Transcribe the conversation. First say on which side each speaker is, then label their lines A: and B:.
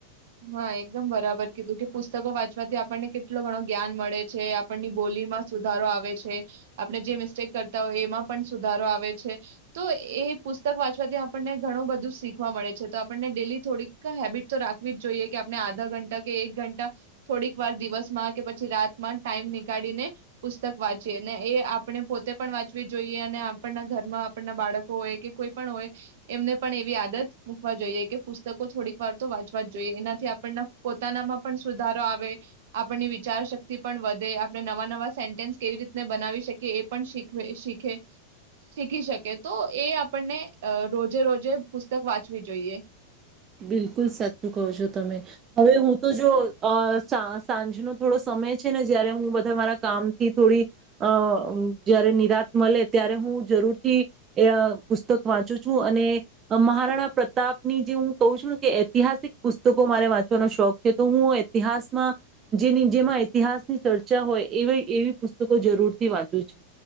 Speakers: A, on the right; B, on the right.
A: હા એકદમ બરાબર કીધું કે પુસ્તકો વાંચવાથી આપણને કેટલો ઘણો જ્ઞાન મળે છે. આપણની બોલીમાં સુધારો આવે છે આપણે જે મિસ્ટેક કરતા હોય એમાં પણ સુધારો આવે છે તો એ પુસ્તક વાંચવાથી આપણને ઘણું બધું શીખવા મળે છે. તો આપણને ડેલી થોડીક હેબિટ તો રાખ વીજ જોઈએ કે આપણે આધા ઘંટા કે એક ઘંટા થોડીક વાર દિવસમાં કે પછી રાતમાં ટાઈમ નીકળીને પુસ્તક વાંચીએ ને એ આપણે પોતે પણ વાંચવી જોઈએ અને આપણના ઘરમાં આપણના બાળકો હોય કે કોઈ પણ હોય એમને પણ એવી આદત મુકવા જોઈએ કે પુસ્તકો થોડીક વાર તો વાંચ વાજ જોઈએ. એનાથી આપણ પોતાનામાં પણ સુધારો આવે આપણની વિચાર શક્તિ પણ વધે આપણે નવા નવા સેન્ટેન્સ કેવી રીતને બનાવી શકીએ એ પણ શીખ શીખે શીખી શકે તો એ આપણને અ રોજે રોજે પુસ્તક વાંચવી જોઈએ.
B: બિલકુલ સાચું કહો છો તમે, હવે હું તો જો સા સાંજનો થોડો સમય છે ને જયારે હું બધા મારા કામથી થોડી અ જયારે નિરાત મળે ત્યારે હું જરૂર થી એ પુસ્તક વાંચું છું. અને મહારાણા પ્રતાપની જે હું કઉ છું કે ઐતિહાસિક પુસ્તકો મારે વાંચવાનો શોખ છે તો હું ઐતિહાસ જેની જેમાં ઐતિહાસ ચર્ચા હોય એ એવી પુસ્તકો જરૂર થી વાંચું છું.